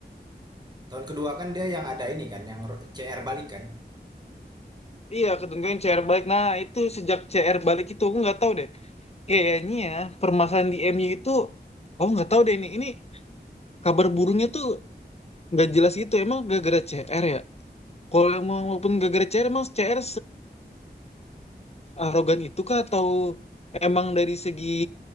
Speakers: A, on the right; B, on the left.
A: tahun kedua kan dia yang ada ini kan, yang re CR balik kan?
B: Iya, ketentuan CR balik. Nah, itu sejak CR balik itu aku nggak tahu deh. Kayaknya ya, permasalahan di MU itu, aku nggak tahu deh ini. Ini kabar burungnya tuh nggak jelas itu. Emang gara-gara CR ya? Kalau emang walaupun gara-gara CR, emang CR searogan itu kah? Atau emang
A: Sebe
B: dari segi